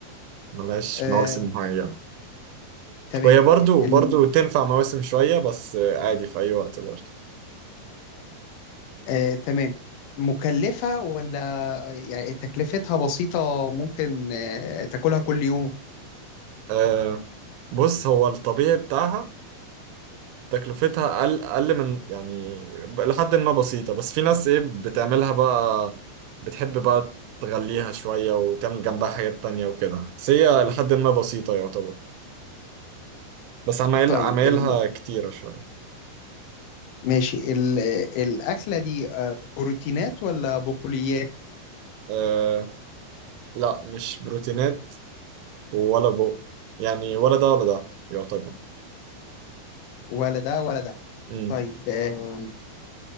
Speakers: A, on the right; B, on the left.
A: ملهاش
B: آه،
A: مواسم معينة
B: تمام
A: وهي برضو
B: ال...
A: برضو تنفع مواسم شوية بس آه، عادي في أي وقت برضو
B: آه، تمام مكلفة ولا يعني تكلفتها بسيطة ممكن آه، تاكلها كل يوم؟
A: أه بص هو الطبيعي بتاعها تكلفتها أقل أقل من يعني لحد ما بسيطة بس في ناس إيه بتعملها بقى بتحب بقى تغليها شوية وتعمل جنبها حاجات تانية وكده بس هي لحد ما بسيطة يعتبر بس عمايل
B: طيب
A: عمايلها
B: ال...
A: كتيرة شوية
B: ماشي ال... آه، الأكلة دي آه، بروتينات ولا بقوليات
A: أه لا مش بروتينات ولا بق يعني ولا ده ولا ده يعتبر
B: ولا ده ولا ده؟
A: امم
B: طيب آه،